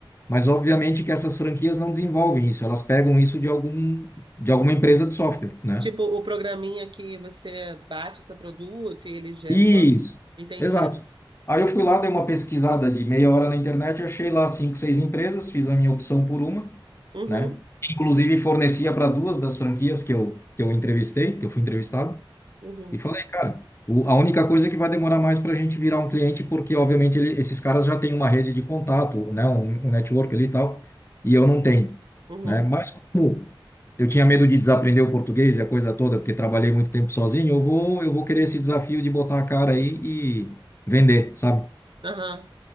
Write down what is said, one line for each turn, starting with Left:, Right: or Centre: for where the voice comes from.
Left: Mas obviamente que essas franquias não desenvolvem isso, elas pegam isso de algum de alguma empresa de software, né?
Right: Tipo, o programinha que você bate o seu produto e ele já
Left: Isso,
Right: bota. Entendi.
Left: exato. Aí eu fui lá, dei uma pesquisada de meia hora na internet, achei lá cinco, seis empresas, fiz a minha opção por uma,
Right: Uhum,
Left: né? Inclusive fornecia para duas das franquias que eu, que eu entrevistei, que eu fui entrevistado.
Right: uhum,
Left: E falei, cara, o- a única coisa que vai demorar mais para a gente virar um cliente, porque obviamente ele- esses caras já têm uma rede de contato, né, um, um network ali e tal, e eu não tenho,
Right: uhum,
Left: né? Mas como eu tinha medo de desaprender o português e a coisa toda, porque trabalhei muito tempo sozinho, eu vou, eu vou querer esse desafio de botar a cara aí e vender, sabe?
Right: aham.